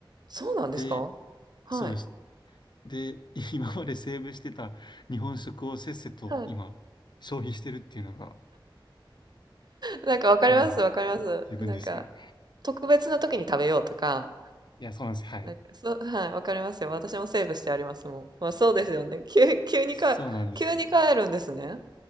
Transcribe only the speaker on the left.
で、
そうです。で、<laughs> 今までセーブしてた日本食をせっせと今、
消費してるっていうのが、
今の
自分ですね。
いや、そうなんです。はい。
そうなんですよ。